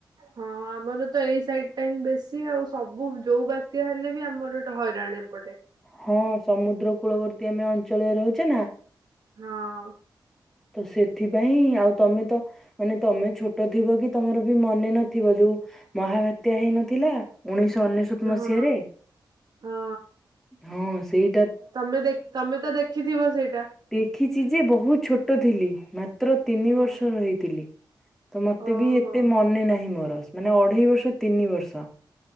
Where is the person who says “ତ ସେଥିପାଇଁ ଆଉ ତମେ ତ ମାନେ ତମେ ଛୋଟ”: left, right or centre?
Centre